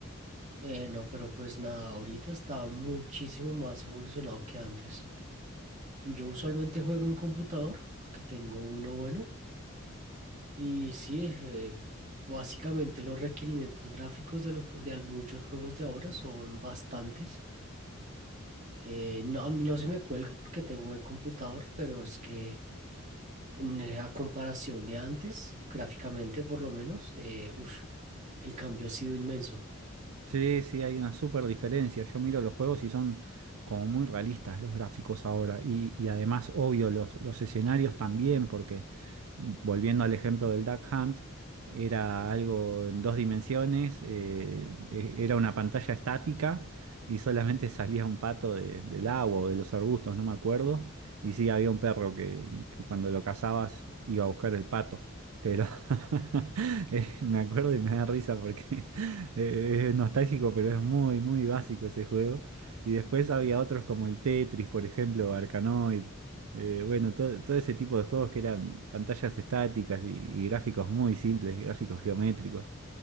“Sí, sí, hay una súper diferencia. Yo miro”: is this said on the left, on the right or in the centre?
Right